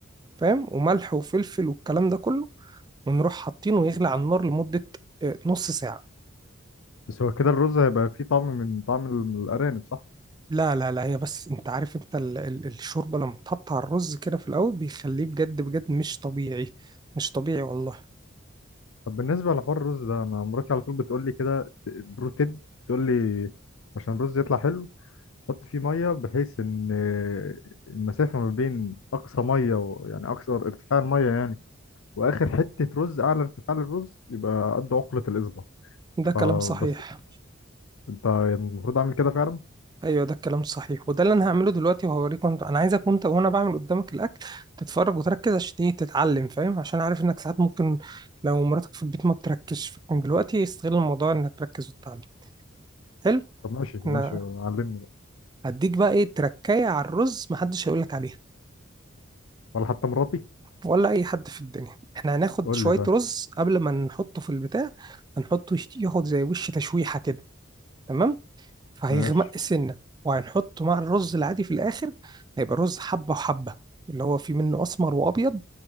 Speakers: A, on the right; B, on the left.
A: فاهم وملح وفلفل والكلام ده كله ونروح حاطينه يغلي على النار لمدة آه، نص ساعة
B: بس هو كده الرز هيبقى فيه طعم من طعم ال- الارانب صح
A: لا لا لا هي بس انت عارف انت ال ال الشوربة لما بتحط على الرز كده في الأول بيخليه بجد بجد مش طبيعي مش طبيعي والله
B: طب بالنسبة لحوار الرز ده انا مراتي على طول بتقول لي كده ت- برو تيب بتقول لي عشان الرز يطلع حلو حط فيه ميه بحيث ان المسافه ما بين اقصى ميه و... يعني اقصى ارتفاع الميه يعني واخر حته رز اعلى ارتفاع للرز يبقى قد عقله الاصبع
A: ده كلام
B: فبس
A: صحيح
B: انت المفروض اعمل كده فعلا
A: ايوه ده الكلام صحيح وده اللي انا هعمله دلوقتي وهوريك وانت انا عايزك وانت وانا بعمل قدامك الاكل تتفرج وتركز عشان ايه تتعلم فاهم عشان عارف انك ساعات ممكن لو مراتك في البيت ما بتركزش فكان دلوقتي استغل الموضوع انك تركز وتتعلم حلو
B: طب ماشي ماشي
A: انا
B: علمني بقى
A: هديك بقى ايه تركايه على الرز محدش هيقولك عليها
B: ولا حتى مراتي
A: ولا اي حد في الدنيا احنا هناخد
B: قول
A: شويه
B: لي ده
A: رز قبل ما نحطه في البتاع هنحطه يشت- ياخد زي وش تشويحه كده تمام فهيغمق
B: ماشي
A: سنه وهنحطه مع الرز العادي في الاخر هيبقى رز حبه وحبه اللي هو فيه منه اسمر وابيض